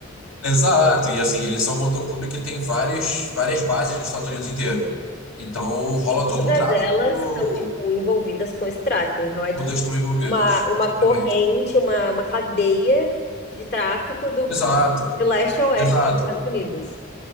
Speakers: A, on the left; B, on the left.
A: Exato, e assim, eles são um motoclube que tem várias, várias bases nos Estados Unidos inteiro. Então, rola
B: E todas
A: todo um tráfico,
B: elas estão, tipo, envolvidas com esse tráfico. Então, é,
A: todas estão envolvidas.
B: uma, uma
A: Exatamente.
B: corrente, uma, uma cadeia de tráfico do,
A: Exato,
B: de leste a oeste
A: exato.
B: dos Estados Unidos.